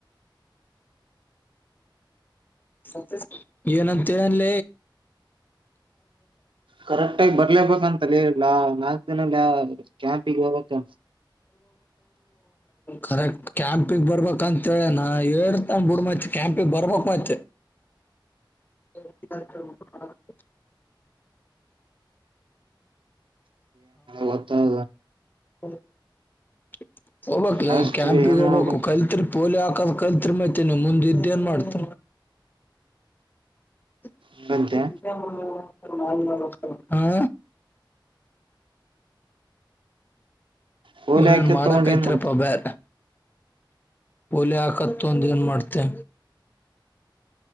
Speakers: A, on the left (about 20°); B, on the right (about 85°).
A: <inaudible> ಏನಂತ ಹೇಳಿನ
B: ಕರೆಕ್ಟ್ ಆಗಿ ಬರ್ಲೇಬೇಕಂತಲ್ಲಾ ನಾಲ್ಕು ದಿನ ಕ್ಯಾಂಪಿಗೆ ಹೋಗಬೇಕ
A: ಕರೆಕ್ಟ್ ಕ್ಯಾಂಪಿಗೆ ಬರ್ಬೇಕ ಅಂತೇಳೇ ನ ಹೇಳ್ತಂದ ಬಿಡು ಮತ್ತೆ ಕ್ಯಾಂಪಿಗೆ ಬರ್ಬೇಕಕ್ ಮತ್ತೆ <inaudible>
B: ಹೊತ್ತದ
A: ಹೌ <unintelligible> ಹೋಗಬಕ್
B: ಲಾಸ್ಟ್ಗೆ
A: ಕ್ಯಾಂಪಿಗ್
B: ಏನ್
A: ಹೋಗ್ಬೇಕು
B: ಮಾಡ್ಬೇಕ
A: ಕಲ್ತ್ರಿ ಪೋಲಿ ಹಾಕ ಅಕ್ಕದ ಕಲ್ತ್ರಿ ಮತ ನೀ ಮುಂದ ಇದ ಏನ್ ಮಾಡ್ತ <unintelligible>
B: ಹಂಗಂತೆ
A: ಹಾ
B: ಪೋಲಿ
A: ಇನನ್
B: ಹಾಕಿ
A: ಮಾಡಕೈತ್ರಪ್ಪ
B: ತಗೊಂಡ್ ಏನ್ ಮಾಡ್ತಿ
A: ಬ್ಯರ್ ಓಲೆ ಹಕತ್ತ ಒಂದ ಏನ್ ಮಾಡ್ತೆ